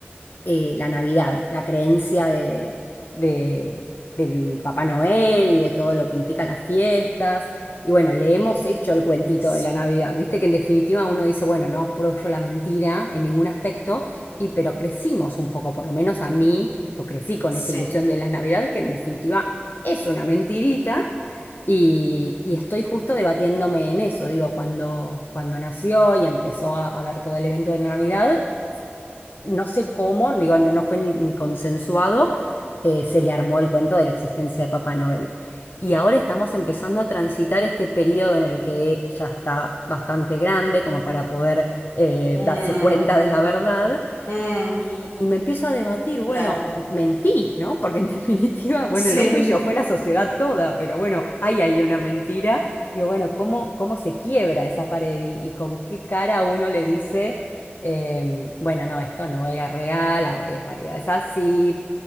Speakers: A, on the left; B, on the left.
A: eh, la Navidad, la creencia de, de- del Papá Noel y de todo lo que implica las fiestas. Y bueno, le hemos hecho el cuentito
B: sí,
A: de la Navidad. Viste que en definitiva uno dice, bueno, no apoyo la mentira en ningún aspecto, y, pero crecimos un poco, por lo menos a mí, yo crecí con
B: sí.
A: esa ilusión de la Navidad, que en definitiva es una mentirita. Y, y estoy justo debatiéndome en eso, digo, cuando, cuando nació y empezó a, a ver todo el evento de la Navidad, no sé cómo, digo, no, no fue ni, ni consensuado, eh, se le armó el cuento de la existencia de Papá Noel. Y ahora estamos empezando a transitar este periodo en el que ya está bastante grande como para poder eh,
B: Mm,
A: darse cuenta de la verdad
B: mm,
A: y, y me empiezo a debatir, bueno,
B: claro,
A: mentí, ¿no? Porque en <laughs> definitiva, bueno,
B: sí,
A: no fui yo, fue la sociedad toda, pero bueno, hay ahí una mentira. Digo, bueno, ¿cómo, cómo se quiebra esa pared y, y con qué cara uno le dice, eh, bueno, no, esto no era real, ah, en realidad es así.